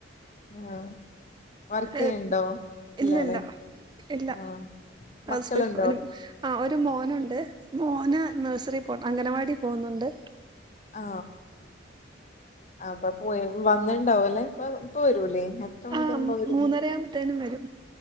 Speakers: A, on the left (about 35°); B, on the right (about 25°).
A: <unintelligible> വർക്ക്
B: ഏ
A: ചെയ്യണ്ടോ
B: ഇല്ല
A: ഇല്ലാല്ലേ
B: ഇല്ല ഇല്ല
A: ആഹ്
B: ഹൗസ്
A: മക്കളുണ്ടോ
B: വൈഫാനും ആ ഒരുമോനുണ്ട് മോന് നഴ്സറി പോ അംഗനവാടി പോകുന്നുണ്ട്
A: ആ അപ്പൊപോയി വന്നിണ്ടാവൂല്ലേ ഇപ്പവരൂലേ എത്ര മണിക്കാവുമ്പോ
B: ആഹ്
A: വരും
B: മൂന്നരയാകുമ്പത്തേനും വരും